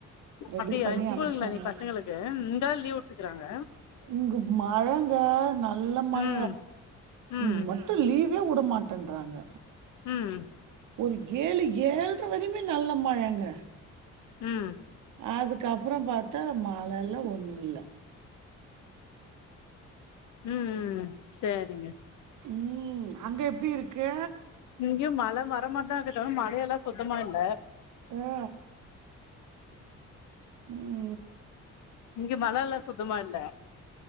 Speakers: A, on the right (about 80°); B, on the left (about 75°).
A: ரெடி
B: அப்டியா
A: பண்ணி
B: இஸ்கூலுங்களா
A: அமிச்சாங்க
B: இன்னைக் பசங்களுக்கு இந்தா லீவ் வுட்ருக்காங்க
A: இங்க மழங்க நல்ல மழ
B: ம் ம்
A: இங் மட்டு லீவே விடமாட் றாங்க
B: ம்
A: ஒரு ஏழு ஏழ்ர வரயுமே நல்ல மழங்க
B: ம்
A: அதுக்கப்றோ பாத்தா மழ இல்ல ஒன்னு இல்ல
B: ம்ம் சரிங்க
A: ம் அங்க எப்டி இருக்க
B: இங்கயு மழ வரமார்தா இருக்கு தவர மழ எல்லா சுத்தமா இல்ல
A: ஆ ம்
B: இங்கு மழ எல்லா சுத்தமா இல்ல